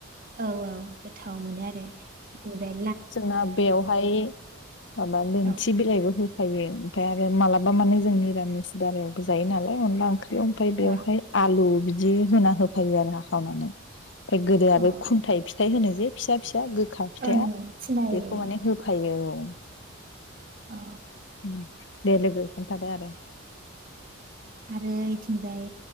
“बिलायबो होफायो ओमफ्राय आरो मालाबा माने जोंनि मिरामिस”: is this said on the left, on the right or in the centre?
Left